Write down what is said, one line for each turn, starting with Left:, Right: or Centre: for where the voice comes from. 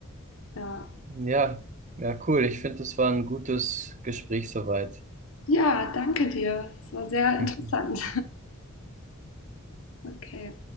Left: Ja,
Right: ja, ja, cool. Ich finde, es war ein gutes Gespräch soweit.
Left: ja, danke dir. Es war sehr
Right: <laughs>
Left: interessant. Okay.